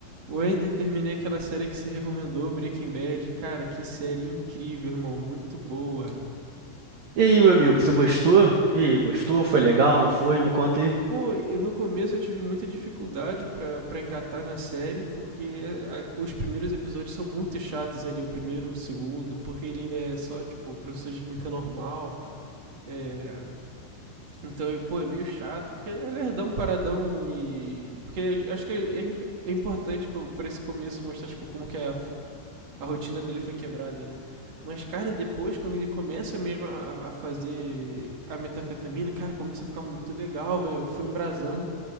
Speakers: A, on the right; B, on the right.
A: O Ender, terminei aquela série que se recomendou, Breaking Bad. Cara, que série incrível, irmão. Muito boa.
B: E aí, meu amigo, você gostou? E aí, gostou? Foi legal? Não foi? Me conta aí.
A: Pô, e no começo eu tive muita dificuldade pra, pra engatar na série, porque a- os primeiros episódios são muito chatos ali, o primeiro, o segundo, porque ele ainda é só, tipo, o professor de química normal. É, então, pô, é meio chato, porque é lerdão, paradão e. Porque acho que é, é importante pra, pra esse começo mostrar, tipo, como que a, a rotina dele foi quebrada, né? Mas, cara, depois, quando ele começa mesmo a, a fazer a metafetamina, cara, começa a ficar muito legal, vai- foi embrasando.